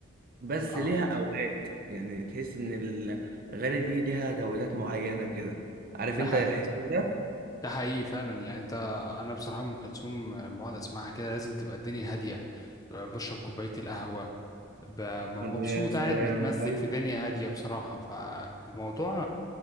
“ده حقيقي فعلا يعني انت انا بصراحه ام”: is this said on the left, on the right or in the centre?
Left